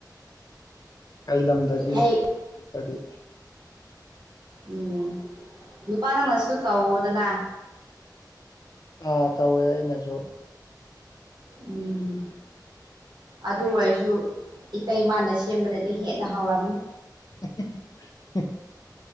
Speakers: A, on the left; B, on the right.
A: ꯀꯩ ꯂꯝꯗꯒꯤꯅꯣ
B: ꯍꯩ
A: ꯁꯤꯁꯇꯔꯗꯤ
B: ꯎꯝ ꯅꯨꯄꯥ ꯅ ꯃꯁꯨ ꯇꯧꯋꯣꯗꯅ
A: ꯑꯥ ꯇꯧꯋꯦ ꯑꯩꯅꯁꯨ
B: ꯎꯝ ꯑꯗꯨ ꯑꯣꯏꯔꯁꯨ ꯏꯇꯩꯃꯅ ꯁꯦꯝꯕꯅꯗꯤ ꯍꯦꯟꯅ ꯍꯥꯎꯔꯝꯃꯤ
A: ꯍꯥꯍꯥ ꯍꯥ